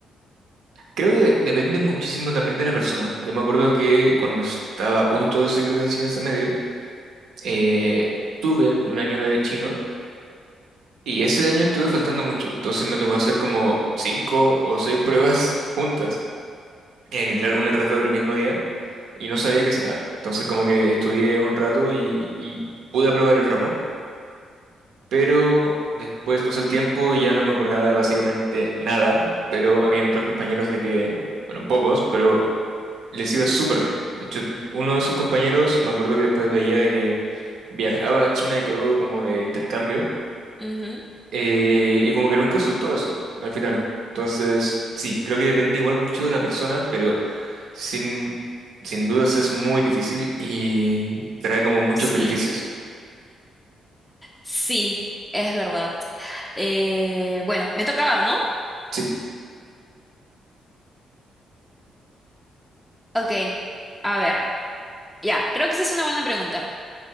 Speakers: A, on the right (about 75°); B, in the centre.
A: Creo que depende muchísimo también de la persona. Yo me acuerdo que cuando estaba a punto de seguir de enseñanza media, eh, tuve un
B: Ujú,
A: año de chino y ese año estuve faltando mucho. Entonces me tocó hacer como cinco o seis pruebas <laughs> juntas, eh, literal una tras otra el mismo día, y no sabía casi nada. Entonces como que estudié un rato y, y pude aprobar el ramo, pero después pasó el tiempo y ya no me acordaba de básicamente nada, pero habían otros compañeros de que bueno, pocos, pero Les iba súper bien. De hecho, uno de sus compañeros, me acuerdo que después veía de que viajaba a China y todo como de intercambio,
B: ujú.
A: eh, y como que nunca soltó eso al final. Entonces, sí, creo que depende igual mucho de la persona, pero sin, sin dudas es muy difícil y trae como muchos
B: Sí,
A: beneficios.
B: sí, es verdad. Eh, bueno, me tocaba, ¿no?
A: Sí.
B: Ok, a ver, ya, creo que esa es una buena pregunta.